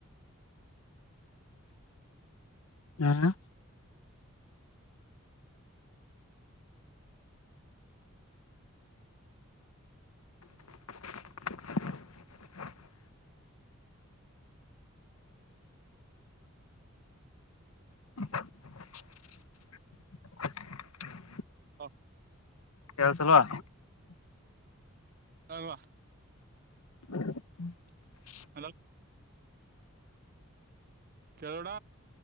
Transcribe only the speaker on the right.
ಹಾ
ಅಲ್ವಾ
ಹಲೋ ಕೆೇಳೋಡ